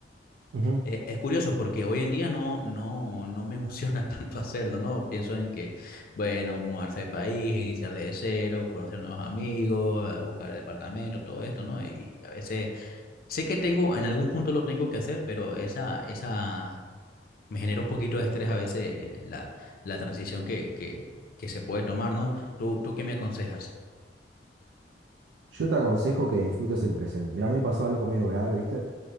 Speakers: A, on the right; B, on the left.
A: Ujú.
B: Eh, Es curioso porque hoy en día no, no, no me emociona <laughs> tanto hacerlo, ¿no? Pienso en que, bueno, mudarse de país, iniciar de cero, conocer nuevos amigos, eh, buscar departamento, todo esto, ¿no? Y a veces sé que tengo, en algún punto lo tengo que hacer, pero esa, esa, me genera un poquito de estrés a veces eh, la, la transición que, que, que se puede tomar, ¿no? ¿Tú, tú qué me aconsejas?
A: Yo te aconsejo que disfrutes el presente. Mira, a mí me pasó algo medio grave, ¿viste?